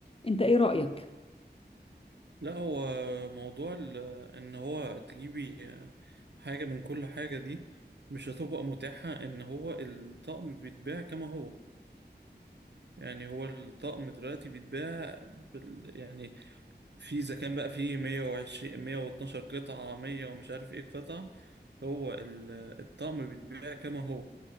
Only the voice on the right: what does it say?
لا هو موضوع ال- ان هو تجيبي حاجة من كل حاجة دي مش هتبقى متاحة ان هو الطقم بيتباع كما هو يعني هو الطقم دلوقتي بيتباع بال... يعني في اذا كان بقى في 120 112 قطعة 100 ومش عارف ايه قطعة هو ال- الطقم بيتباع كما هو